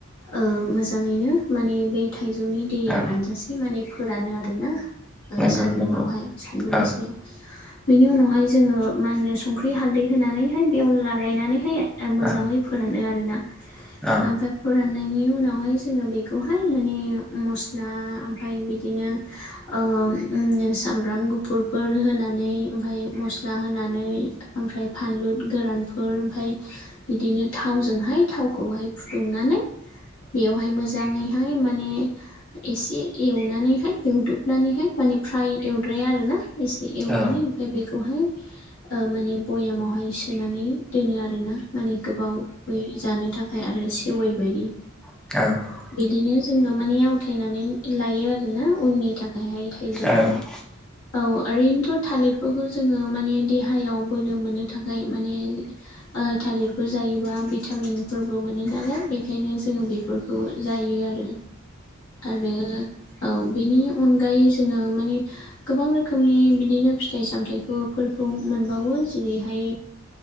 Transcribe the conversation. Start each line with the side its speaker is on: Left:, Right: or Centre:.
Left: ओ मोजाङैनो माने बे थाइजौनि दैया
Centre: औ
Left: रानजासे इ माने फोरानो आरोना ओ
Centre: नंगौ
Left: सान्दुंआवहाय
Centre: नंगौ
Left: सान्दुं
Centre: औ
Left: गोसोआव बिनि उनावहाय जोङो मा होनो संख्रि हालदै होनानैहाय बेवला गायनानैहाय। दा मोजाङै
Centre: औ
Left: फोरानो आरोना
Centre: औ
Left: ओमफाय। फोराननायनि उनावहाय जोङो बेखौहाय माने मस्टलि मस्ला ओमफाय बिदिनो ओम उम सामब्राम गुफुर, बेफोर होनानै ओमफाय मस्ला होनानै ओमफ्राय फानलु गोरानफोर ओमफाय बिदिनो थावजोंहाय थावखौहाय फुदुंनानै, बेयावहाय मोज मोजाङैहाय माने एसे एवनानैहाय एवदोबनानैहाय माने फ्राय ओनफ्राय आरोना एसे एवनानै
Centre: औ
Left: ओमफ्राय बेखौहाय। माने भयामावहाय सोनानै दोनो आरोना माने गोबाव जानो थाखाय आरो सेवै बायदि
Centre: औ
Left: बिदिनो जोङो माने आवथायनानै लायो आरोना उननि थाखायहाय थाइजौखौ
Centre: औ औ
Left: औ ओरैनोथ' थालिरफोरखौ जोङो माने देहायाव बोलो मोननो थाखाय माने थालिरफोर जायोबा भिटामिनफोरबो मोनो नालाय बेखायनो जोङो बेफोरखौ जायो आरो आरो औ बेनि अनगायै जोङो माने गोबां रोखोमनि बिदिनो फिथाइ सामथायाइखौफोरखौ मोनबावो जेरैहाय